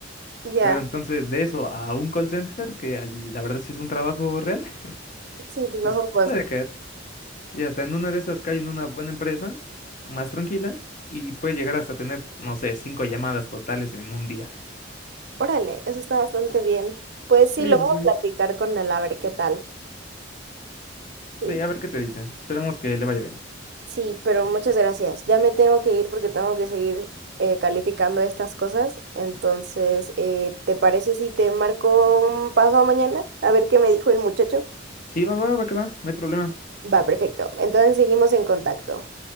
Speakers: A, on the right; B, on the left.
A: ya,
B: Pero entonces, de eso a un call center, que al- la verdad sí es un trabajo real, <laughs>
A: Sí, pues
B: pues
A: mejor
B: puede caer. Y hasta en una de esas cae en una buena empresa, más tranquila, y puede llegar hasta tener, no sé, cinco llamadas totales en un día.
A: Órale, eso está bastante bien. Pues sí,
B: Sí,
A: lo
B: sí,
A: voy
B: sí.
A: a platicar con él a ver qué tal. Y
B: Sí, a ver qué te dicen. Esperemos que le vaya bien.
A: sí, pero muchas gracias. Ya me tengo que ir porque tengo que seguir eh, calificando estas cosas. Entonces, eh, ¿te parece si te marco un paso mañana? A ver qué me dijo el muchacho.
B: Sí, va, va, va, que va, no hay problema.
A: Va, perfecto. Entonces seguimos en contacto.